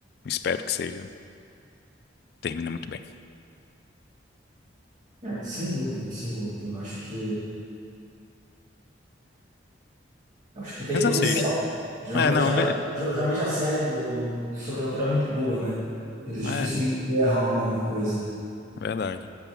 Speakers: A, on the left; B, on the right.
A: Espero que seja. Termina muito bem.
B: é, sem dúvida, sem dúvida. Eu acho que, acho que tem
A: Mas
B: potencial.
A: assisto.
B: Geralmente
A: É, não,
B: a,
A: vê.
B: ge- geralmente a série do, do Sobrenatural é muito boa, né? Eles dificilmente
A: É,
B: erram a mão na coisa.
A: é verdade.